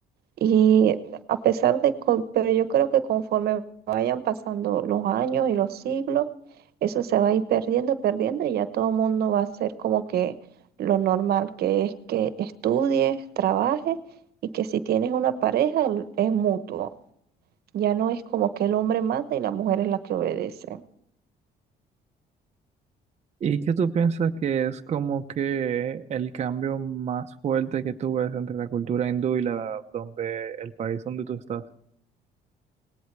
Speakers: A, on the right; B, on the right.
A: Y a pesar de, co- pero yo creo que conforme vayan pasando los años y los siglos, eso se va a ir perdiendo, perdiendo y ya todo el mundo va a ser como que lo normal, que es que estudies, trabajes y que si tienes una pareja el- es mutuo. Ya no es como que el hombre manda y la mujer es la que obedece.
B: ¿Y qué tú piensas que es como que el cambio más fuerte que tú ves entre la cultura hindú y la donde el país donde tú estás?